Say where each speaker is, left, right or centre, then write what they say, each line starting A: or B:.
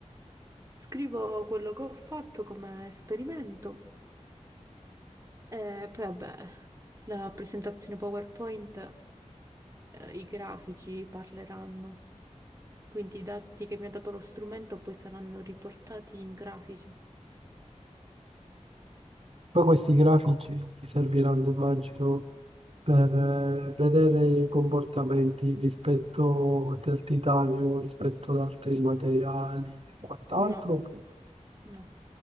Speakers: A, on the right; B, on the right.
A: Scrivo quello che ho fatto come esperimento e poi vabbè, la presentazione PowerPoint, eh, i grafici parleranno. Quindi i dati che mi ha dato lo strumento poi saranno riportati in grafici.
B: Poi questi grafici ti serviranno, immagino, per eh, vedere i comportamenti rispetto del titanio, rispetto ad altri materiali e quant'altro.
A: No,
B: E
A: no.